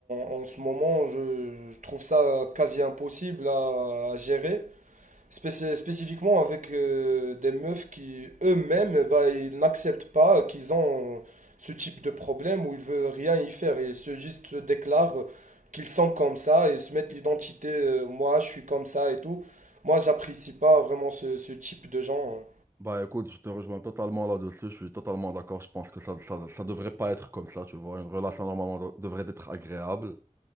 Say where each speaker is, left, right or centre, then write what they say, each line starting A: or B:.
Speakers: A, on the right; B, on the right.
A: en ce moment, je, je trouve ça quasi impossible à, à gérer, Spéci- spécifiquement avec euh, des meufs qui eux-mêmes, bah, ils n'acceptent pas qu'ils ont ce type de problème où ils veulent rien y faire. Ils se juste se déclarent qu'ils sont comme ça et se mettent l'identité, euh, moi je suis comme ça et tout. Moi, j'apprécie pas vraiment ce, ce type de gens. hein.
B: Bah écoute, je te rejoins totalement là-dessus, je suis totalement d'accord, je pense que ça, ça, ça devrait pas être comme ça, tu vois, une relation normalement de- devrait être agréable.